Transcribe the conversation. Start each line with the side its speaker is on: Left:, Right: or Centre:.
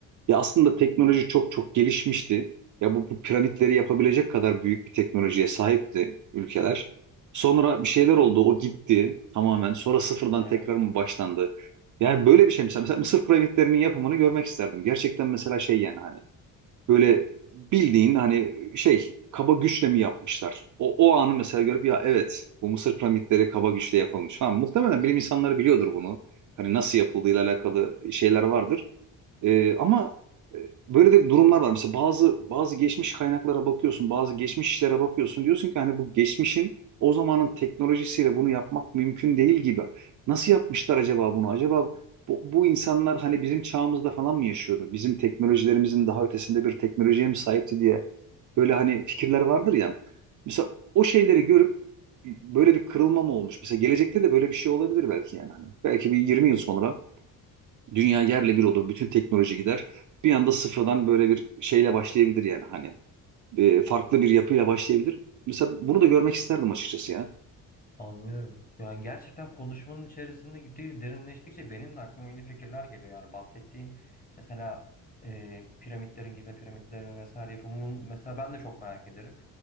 Right: Ya aslında teknoloji çok çok gelişmişti. Ya bu, bu piramitleri yapabilecek kadar büyük bir teknolojiye sahipti ülkeler. Sonra bir şeyler oldu, o gitti tamamen. Sonra sıfırdan
Left: Evet.
Right: tekrar mı başlandı? Yani böyle bir şey mesela, mesela Mısır piramitlerinin yapımını görmek isterdim. Gerçekten mesela şey yani hani böyle bildiğin hani şey kaba güçle mi yapmışlar? O, o anı mesela görüp ya evet bu Mısır piramitleri kaba güçle yapılmış falan. Muhtemelen bilim insanları biliyordur bunu. Hani nasıl yapıldığıyla alakalı şeyler vardır. Ee, ama e, böyle de durumlar var. Mesela bazı bazı geçmiş kaynaklara bakıyorsun, bazı geçmiş işlere bakıyorsun. Diyorsun ki hani bu geçmişin o zamanın teknolojisiyle bunu yapmak mümkün değil gibi. Nasıl yapmışlar acaba bunu? Acaba bu, bu insanlar hani bizim çağımızda falan mı yaşıyordu? Bizim teknolojilerimizin daha ötesinde bir teknolojiye mi sahipti diye böyle hani fikirler vardır ya. Mesela o şeyleri görüp böyle bir kırılma mı olmuş? Mesela gelecekte de böyle bir şey olabilir belki yani hani. Belki bir 20 yıl sonra Dünya yerle bir olur. Bütün teknoloji gider. Bir anda sıfırdan böyle bir şeyle başlayabilir yani hani. E, farklı bir yapıyla başlayabilir. Mesela bunu da görmek isterdim açıkçası ya.
Left: Anlıyorum. Yani gerçekten konuşmanın içerisinde gittiği derinleştikçe benim de aklıma yeni fikirler geliyor. Yani bahsettiğin mesela e, piramitlerin, Gize piramitlerin vesaire yapımının mesela ben de çok merak ederim.